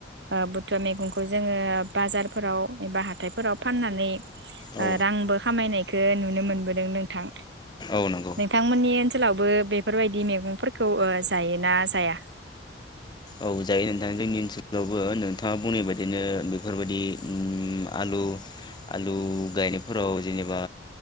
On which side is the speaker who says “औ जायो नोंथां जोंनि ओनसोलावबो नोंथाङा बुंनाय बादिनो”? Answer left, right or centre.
Left